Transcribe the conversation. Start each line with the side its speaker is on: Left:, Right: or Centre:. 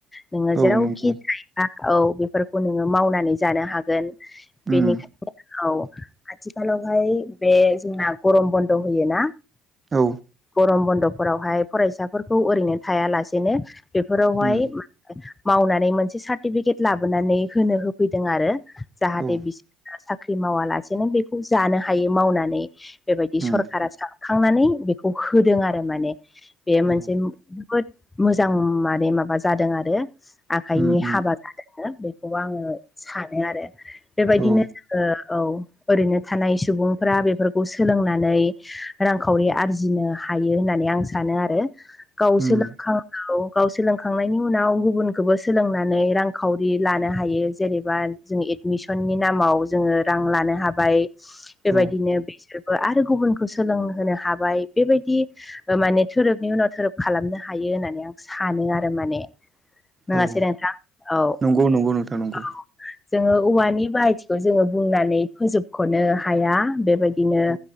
Left: नोङो
Right: औ
Left: जेरावखि
Right: नंगौ
Left: थाया औ बेफोरखौ नोङो मावनानै जानो हागोन
Right: उम
Left: बेनिखायनो औ आथिखालावहाय बे जोंना गरम बन्द होयो ना
Right: औ
Left: गरम बन्द'फोरावहाय फरायसाफोरखौ ओरैनो थायालासेनो बेफोरावहाय
Right: उम
Left: मावनानै मोनसे सार्टिफिकेट लाबोनानै होनो होफैदों आरो जाहाथे
Right: औ
Left: बिसोर साख्रि मावालासेनो बेखौ जानो हायो मावनानै बेबायदि
Right: उम
Left: सरखारा स खांनानै बेखौ होदों आरो माने बेयो
Right: उम
Left: मोनसे जोबोद मोजां माने माबा जादों आरो आखाइनि
Right: उम
Left: हाबा द बेखौबो आङो सानो आरो बेबायदिनो
Right: औ
Left: जोङो औ ओरैनो थानाय सुबुंफ्रा बेफोरखौ सोलोंनानै रांखावरि आरजिनो हायो होननानै आं सानो आरो गावस
Right: उम
Left: लोंखौ गावस लों खांनायनि उनाव गुबुनखौबो सोलोंनानै रांखावरि लानो हायो जेनेबा जों एडमिसननि नामाव जोङो रां लानो हाबाय बेबायदिनो
Right: औ
Left: बेसोर आरो गुबुनखौ सोलोंहोनो हाबाय बेबायदि माने धोरोबनि उनाव धोरोब खालामनो हायो होननानै आं सानो आरो माने नङासै
Right: औ
Left: नोंथां औ
Right: नंगौ नंगौ नोंथां नंगौ
Left: औ जोङो औवानि बाहायथिखौ जोङो बुंनानै फोजोबख'नो हाया बेबायदि बिदिनो
Right: औ